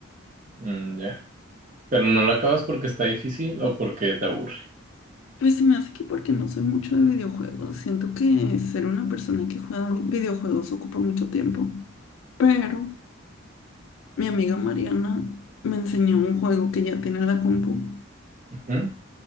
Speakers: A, on the right; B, on the left.
A: Mm, ya. Pero no lo acabas porque está difícil o porque te aburre.
B: Pues se me hace que porque no soy mucho de videojuegos. Siento que ser una persona que juega videojuegos ocupa mucho tiempo. Pero mi amiga Mariana me enseñó un juego que ya tiene en la compu.
A: Ujú.